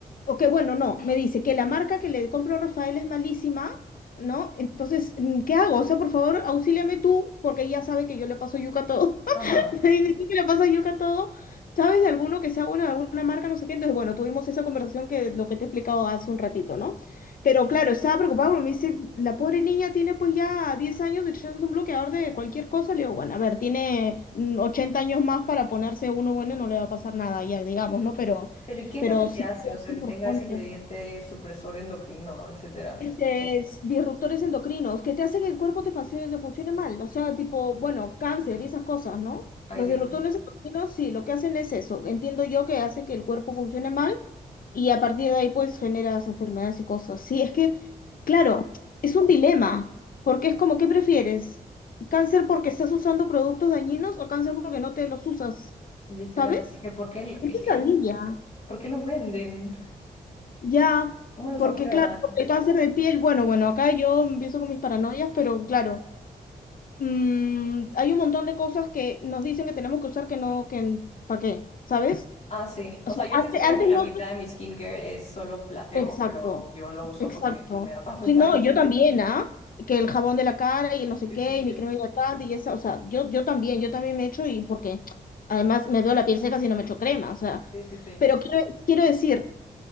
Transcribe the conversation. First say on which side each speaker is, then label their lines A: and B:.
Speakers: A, on the left (about 60°); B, on the left (about 45°).
A: O que bueno, no, me dice que la marca que le compro a Rafael es malísima, ¿no? Entonces, mm, ¿qué hago? O sea, por favor, auxíliame tú, porque ella sabe que yo le paso yuca a todo.
B: Ajá.
A: <laughs> Me dice, "¿Tú que le pasa yuca a todo? ¿Sabes de alguno que sea bueno, de alguna marca, no sé qué? Entonces, bueno, tuvimos esa conversación que lo que te he explicado hace un ratito, ¿no? Pero claro, estaba preocupado porque me dice, la pobre niña tiene pues ya 10 años echándose un bloqueador de cualquier cosa. Le digo, bueno, a ver, tiene mm, 80 años más para ponerse uno bueno y no le va a pasar nada, ya digamos, ¿no? Pero,
B: Pero ¿y qué es
A: pero
B: lo que te
A: sí,
B: hace?
A: sí,
B: O sea,
A: es importante.
B: que tenga ese ingrediente supresor endocrino, etcétera.
A: Este, es disruptores endocrinos, que te hace que el cuerpo te funcione, te funcione mal, o sea, tipo, bueno, cáncer y esas cosas, ¿no?
B: Ay,
A: Los
B: Dios,
A: disruptores endocrinos, sí, lo que hacen es eso, entiendo yo que hace que el cuerpo funcione mal y a partir de ahí, pues, generas enfermedades y cosas. Sí, es que, claro, es un dilema, porque es como, ¿qué prefieres? ¿Cáncer porque estás usando productos dañinos o cáncer porque no te los usas?
B: literal,
A: ¿Sabes?
B: es que ¿por qué, el-
A: Qué
B: es
A: pesadilla.
B: que, ¿por qué los venden?
A: Ya,
B: ¿Cómo los
A: porque
B: aprueban?
A: claro, porque el cáncer de piel, bueno, bueno, acá yo empiezo con mis paranoias, pero claro, mm, hay un montón de cosas que nos dicen que tenemos que usar que no, que ¿para qué? ¿Sabes?
B: Ah, sí.
A: O
B: O
A: sea,
B: sea, yo estoy
A: antes
B: segura
A: antes,
B: que la
A: no...
B: mitad de mi skincare es solo placebo,
A: Exacto,
B: pero yo lo uso
A: exacto.
B: porque me da paz mental.
A: Sí, no, yo
B: <laughs>
A: también, ¿ah? Que el jabón de la cara y el no sé
B: Sí,
A: qué,
B: sí,
A: y
B: sí.
A: mi crema hidratante y esa, o sea, yo, yo también, yo también me echo y porque además me veo la piel seca si no me echo crema, o sea,
B: Sí, sí, sí.
A: pero quiero, quiero decir...